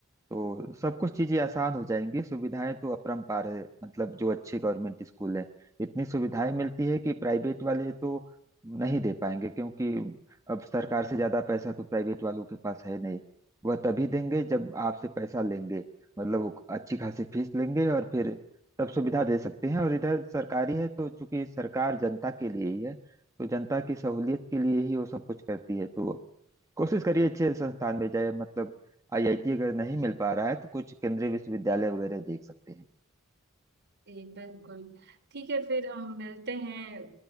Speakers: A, on the right (about 15°); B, on the right (about 55°).
A: तो सब कुछ चीजें आसान हो जाएंगी सुविधाएं तो अपरंपार है मतलब जो अच्छे गवर्नमेंट स्कूल हैं इतनी सुविधाएं मिलती है कि प्राइवेट वाले तो नहीं दे पाएंगे क्योंकि अब सरकार से ज्यादा पैसा तो प्राइवेट वालों के पास है नहीं वह तभी देंगे जब आपसे पैसा लेंगे मतलब वो अच्छी खासी फीस लेंगे और फिर तब सुविधा दे सकते हैं और इधर सरकारी है तो चूंकि सरकार जनता के लिए ही है तो जनता की सहूलियत के लिए ही वो सब कुछ करती है तो कोशिश करिए अच्छे संस्थान में जाए मतलब आईआईटी अगर नहीं मिल पा रहा है तो कुछ केंद्रीय विश्वविद्यालय वगैरह देख सकते हैं
B: जी, बिल्कुल ठीक है फिर हम मिलते हैं